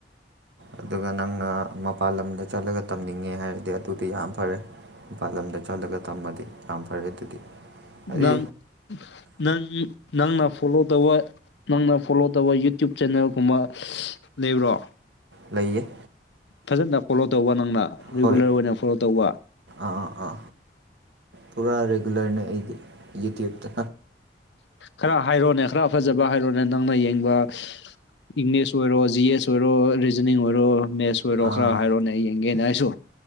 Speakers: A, on the right; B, on the left.
A: ꯑꯗꯨꯒ ꯅꯪꯅ ꯃꯄꯥꯟ ꯂꯝꯗ ꯆꯠꯂꯒ ꯇꯝꯅꯤꯡꯉꯦ ꯍꯥꯏꯔꯗꯤ ꯑꯗꯨꯗꯤ ꯌꯥꯝ ꯐꯔꯦ ꯃꯄꯥꯥꯟꯂꯝꯗ ꯆꯠꯂꯒ ꯊꯝꯃꯗꯤ ꯌꯥꯝ ꯐꯔꯦ ꯑꯗꯨꯗꯤ ꯍꯥꯏꯗꯤ
B: ꯅꯪ ꯅꯪ ꯅꯪꯅ ꯐꯣꯂꯣ ꯇꯧꯕ ꯅꯪꯅ ꯐꯣꯂꯣ ꯇꯧꯕ ꯌꯨꯇ꯭ꯌꯕ ꯆꯦꯅꯦꯜꯒꯨꯝꯕ ꯂꯩꯕ꯭ꯔꯣ
A: ꯂꯩꯌꯦ
B: ꯐꯖꯅ ꯐꯣꯂꯣ ꯇꯧꯕ ꯅꯪꯅ ꯔꯤꯒꯨꯂꯔ
A: ꯍꯣꯏ
B: ꯑꯣꯏꯅ ꯐꯣꯂꯣ ꯇꯧꯕ
A: ꯑꯥ ꯑꯥ ꯄꯨꯥ ꯔꯦꯒꯨꯂꯔꯅꯦ ꯑꯩꯗꯤ ꯌꯦꯛꯇ
B: ꯈꯔ ꯍꯥꯏꯔꯣꯅꯦ ꯈꯔ ꯐꯖꯕ ꯍꯥꯏꯔꯣꯅꯦ ꯅꯪꯅ ꯌꯦꯡꯕ ꯏꯪꯂꯤꯁ ꯑꯣꯏꯔꯣ ꯖꯤ ꯑꯦꯁ ꯑꯣꯏꯔꯣ ꯔꯤꯖꯅꯤꯡ ꯑꯣꯏꯔꯣ ꯃꯦꯁ ꯑꯣꯏꯔꯣ
A: ꯑꯥ
B: ꯈꯔ ꯍꯥꯏꯔꯣꯅꯦ ꯌꯦꯡꯒꯦꯅ ꯑꯩꯁꯨ